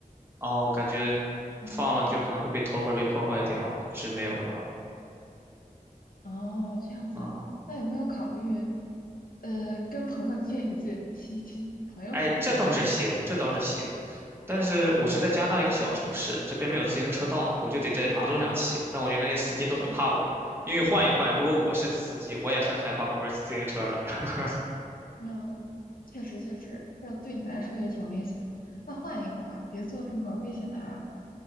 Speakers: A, on the right (about 15°); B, on the left (about 70°).
A: 哦，感觉放了就可能会被偷或者被破坏掉，
B: 啊。嗯
A: 是没有的。
B: 哦，这样子，
A: 嗯，
B: 那有没有考虑，呃，跟朋友借一借，骑骑朋友的自行车
A: 哎，这倒是行，这倒是行。但是我是在加拿大一个小城市，这边没有自行车道，我就得在马路上骑。但我觉得那些司机都很怕我，
B: 啊？
A: 因为换一换，如果我是司机，我也很害怕旁边骑自行车的。<laughs>
B: 嗯，确实确实，这对你来说也挺危险的。那换一个吧，别做这么危险的爱好。